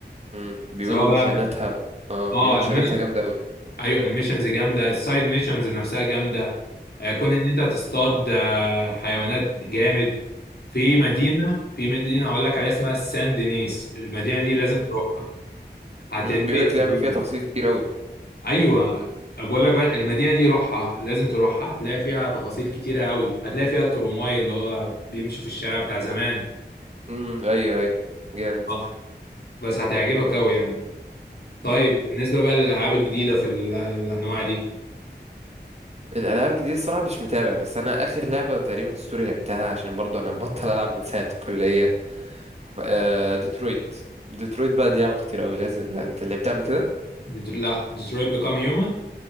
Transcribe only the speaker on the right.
م. بيقولوا
مشاناتها
اه بيقولوا
مشاناتها جامدة قوي
بيقول لك
لعبة فيها تفاصيل كتير قوي
مم. ايوه ايوه جامد
الالعاب الجديده الصراحه مش متابع بس انا اخر لعبه تقريبا ستوري لعبتها عشان برضو انا مبطل العب من ساعه الكليه آه ديترويت ديترويت بقى دي لعبه خطيره قوي لازم لا انت لعبتها قبل كده